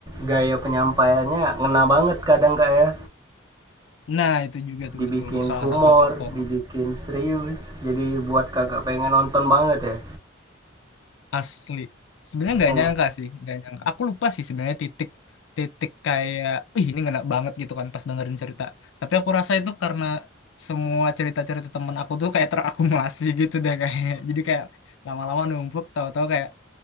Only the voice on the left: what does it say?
nah itu juga tuh
betul salah
satu faktor
asli sebenarnya nggak
nyangka sih nggak nyangka aku lupa sih sebenarnya titik titik kayak ih ini enak banget gitu kan pas dengerin cerita tapi aku rasa itu karena semua cerita-cerita temen aku tuh kayak terakumulasi <laughs> gitu deh kayak jadi kayak lama-lama numpuk tahu-tahu kayak